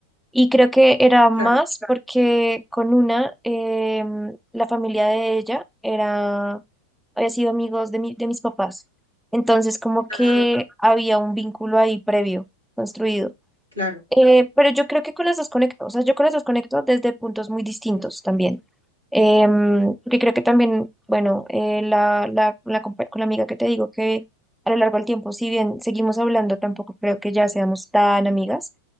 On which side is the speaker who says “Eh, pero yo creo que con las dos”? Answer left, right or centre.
Centre